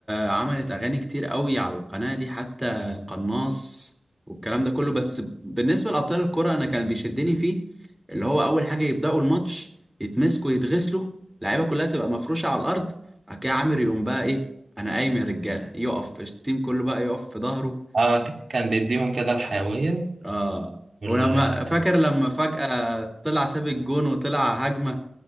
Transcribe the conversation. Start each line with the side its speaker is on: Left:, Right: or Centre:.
Centre: عملت اغاني كتير قوي على القناه دي حتى القناص والكلام ده كله بس بالنسبه لابطال الكره انا كان بيشدني فيه اللي هو اول حاجه يبداوا الماتش يتمسكوا يتغسلوا اللعيبه كلها تبقى مفروشه على الارض بعد كده عامر يقوم بقى ايه انا قايم يا رجاله يقف التيم كله بقى يقف في ظهره
Right: اه ك- كان بيديهم كده الحيوية
Centre: اه
Right: وال
Centre: ولما فاكر لما فجاه طلع ساب الجون وطلع هجمه